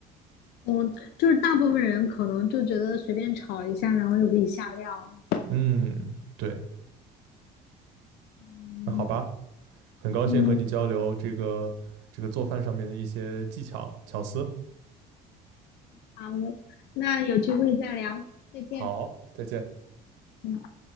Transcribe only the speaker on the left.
哦，就是大部分人可能就觉得随便炒一下，然后就可以下料了。
嗯
嗯，好，我那有机会再聊，再见。
嗯。